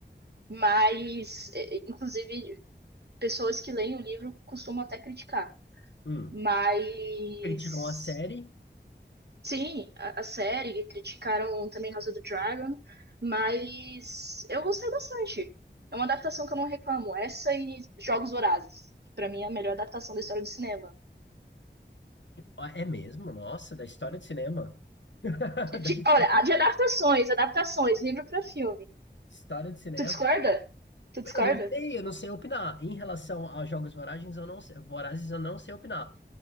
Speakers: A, on the right; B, on the left.
A: Mas, é, inclusive, pessoas que leem o livro costumam até criticar.
B: hum,
A: Mas,
B: criticam a série
A: sim, a, a série, criticaram também House of the Dragon, mas eu gostei bastante. É uma adaptação que eu não reclamo. Essa e Jogos Vorazes. que Pra mim é a melhor adaptação da história do cinema.
B: Ah, É mesmo? Nossa, da história de cinema. <laughs>
A: De- olha, a de adaptações, adaptações, livro pra filme.
B: História de cinema.
A: Tu discorda? Tu discorda?
B: Eu não sei, eu não sei opinar. Em relação a jogos vorazes, eu não sei, vorazes, eu não sei opinar.